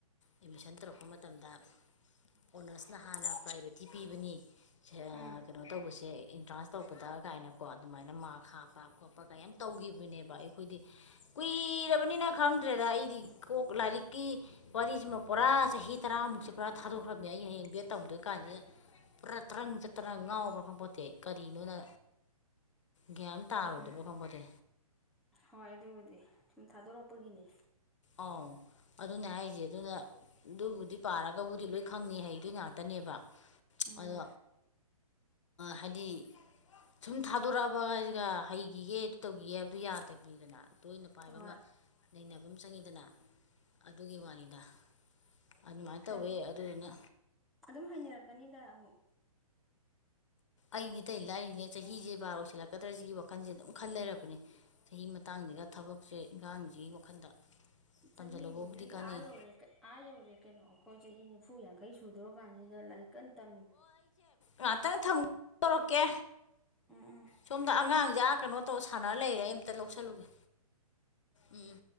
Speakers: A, on the left; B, in the centre.
A: ꯑꯦꯠꯃꯤꯁꯟ ꯇꯧꯔꯛꯄ ꯃꯇꯝꯗ ꯑꯣꯅꯔꯁꯅ ꯍꯥꯟꯅ ꯄ꯭ꯔꯥꯏꯌꯣꯔꯤꯇꯤ ꯄꯤꯕꯅꯤ ꯀꯩꯅꯣ
B: ꯎꯝ
A: ꯇꯧꯕꯁꯦ ꯑꯦꯟꯇ꯭ꯔꯥꯟꯁ ꯇꯧꯕꯗ ꯀꯥꯏꯅ ꯑꯗꯨꯃꯥꯏꯅ ꯃꯥ ꯍꯥꯞ ꯆꯠꯄ ꯈꯣꯠꯄꯒ ꯌꯥꯝ ꯇꯧꯒꯤꯈꯤꯕꯅꯦꯕ ꯑꯩꯈꯣꯏꯗꯤ ꯀꯨꯏꯔꯕꯅꯤꯅ ꯈꯪꯗ꯭ꯔꯦꯗ ꯑꯩꯗꯤ ꯀꯣꯛ ꯂꯥꯏꯔꯤꯛꯀꯤ ꯋꯥꯔꯤꯁꯤꯃ ꯄꯨꯔꯥ ꯆꯍꯤ ꯇꯔꯥꯃꯨꯛꯁꯦ ꯄꯨꯔꯥ ꯊꯥꯗꯣꯛꯈ꯭ꯔꯕꯅꯤ ꯑꯩ ꯍꯌꯦꯡ ꯕꯌꯦꯠ ꯇꯧꯗꯣꯏ ꯀꯥꯟꯁꯦ ꯄꯨꯔꯥ ꯇ꯭ꯔꯪ ꯆꯠꯇꯅ ꯉꯥꯎꯕ꯭ꯔꯥ ꯈꯪꯕꯄꯣꯠꯇꯦ ꯀꯔꯤꯅꯣꯅ ꯒ꯭ꯌꯥꯟ ꯇꯥꯔꯣꯏꯗꯣꯏꯕ
B: ꯎꯝ
A: ꯈꯪꯄꯣꯟꯇꯦ
B: ꯍꯣꯏ ꯑꯗꯨꯕꯨꯗꯤ ꯁꯨꯝ ꯊꯥꯗꯣꯔꯛꯄꯒꯤꯅꯦ
A: ꯑꯧ ꯑꯗꯨꯅꯦ ꯍꯥꯏꯁꯦ ꯑꯗꯨꯅ ꯑꯗꯨꯕꯨꯗꯤ ꯄꯥꯔꯒꯕꯨꯗꯤ ꯂꯣꯏ ꯈꯪꯅꯤ ꯍꯌꯦ ꯑꯗꯨ ꯉꯥꯛꯇꯅꯦꯕ
B: ꯑꯥ
A: ꯑꯗꯣ ꯍꯥꯏꯗꯤ ꯁꯨꯝ ꯊꯥꯗꯣꯔꯛꯑꯕ ꯍꯥꯏꯁꯤꯒ <unintelligible> ꯑꯗꯨ ꯇꯧꯈꯤꯒꯦ ꯍꯥꯏꯕꯗꯨ ꯌꯥꯗꯕꯅꯤꯗꯅ ꯇꯣꯏꯅ ꯄꯥꯏꯕ
B: ꯍꯣꯏ
A: ꯑꯃ ꯅꯩꯅꯕꯃ ꯆꯪꯉꯤꯗꯅ ꯑꯗꯨꯒꯤ ꯋꯥꯅꯤꯗ ꯑꯗꯨꯃꯥꯏꯅ
B: ꯍꯥꯏꯕ
A: ꯇꯧꯋꯦ ꯑꯗꯨꯗꯨꯅ
B: ꯑꯗꯨꯝ ꯍꯥꯏꯩꯅꯔꯛꯀꯅꯤꯗ ꯑꯃꯨꯛ
A: ꯑꯩꯗꯤ ꯑꯇꯩ ꯂꯥꯏꯔꯤꯅꯦ ꯆꯍꯤꯁꯦ ꯕꯥꯔ ꯑꯣꯏꯁꯤꯜꯂꯛꯀꯗ꯭ꯔ ꯁꯤꯒꯤ ꯋꯥꯈꯜꯁꯦ ꯗꯨꯝ ꯈꯜ ꯂꯩꯔꯕꯅꯦ ꯆꯍꯤ ꯃꯇꯥꯡ ꯁꯤꯒ ꯊꯕꯛꯁꯦ ꯏꯟꯈꯥꯡꯁꯤꯒꯤ ꯋꯥꯈꯜꯗ
B: ꯆꯍꯤꯕꯨꯗꯤ
A: ꯇꯝꯁꯤꯜꯍꯧꯕꯕꯨꯗꯤ ꯀꯥꯟꯅꯩ
B: ꯑꯥ ꯌꯧꯔꯦ ꯑꯥ ꯌꯧꯔꯦ ꯀꯩꯅꯣ ꯑꯈꯣꯏ ꯆꯍꯤ ꯅꯤꯐꯨ ꯌꯥꯡ ꯈꯩ ꯁꯨꯗ꯭ꯔꯣ ꯀꯥꯟꯁꯤꯗ ꯂꯥꯏꯔꯤꯛ ꯀꯟꯅ ꯇꯝꯃꯤ
A: ꯉꯍꯥꯛꯇꯪ ꯊꯝꯃ ꯇꯧꯔꯛꯀꯦ
B: ꯎꯝ ꯎꯝ
A: ꯁꯣꯝꯗ ꯑꯉꯥꯡꯁꯦ ꯀꯩꯅꯣ ꯇꯧ ꯁ ꯁꯥꯟꯅꯅ ꯂꯩꯔꯦ ꯑꯩ ꯑꯃꯝꯇ ꯂꯧꯁꯜꯂꯨꯒꯦ ꯎꯝ